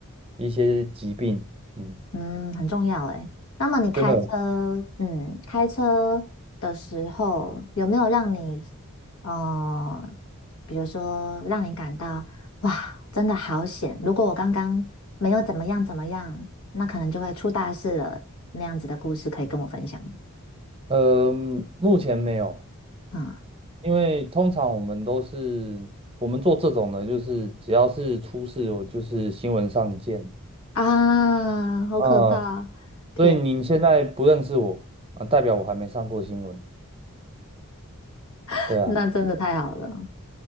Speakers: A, on the right; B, on the left.
A: 一些疾病。嗯，
B: 嗯很重要诶。那么你开车，
A: 真的，
B: 嗯，开车的时候有没有让你，呃，比如说让你感到哇，真的好险！如果我刚刚没有怎么样怎么样，那可能就会出大事了。那样子的故事可以跟我分享吗？
A: 呃，目前没有，
B: 啊、
A: 因为通常我们都是我们做这种的，就是只要是出事，我就是新闻上见。
B: 啊，好可怕！
A: 啊、
B: 天，
A: 所以你现在不认识我啊，代表我还没上过新闻。
B: <laughs>
A: 对啊，
B: 那真的太好了。